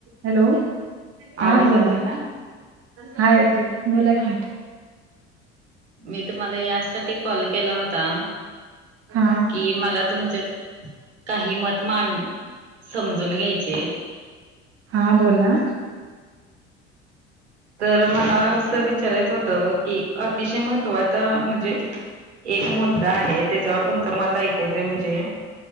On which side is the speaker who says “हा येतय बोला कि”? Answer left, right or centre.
Right